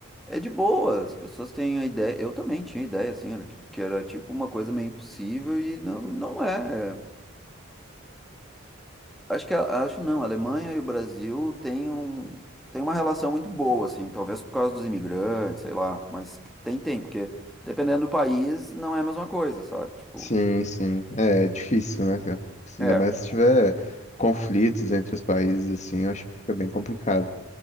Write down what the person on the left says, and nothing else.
Sim, sim. É, é difícil, né? cara? Ainda
mais se tiver conflitos entre os países, assim, eu acho que fica bem complicado.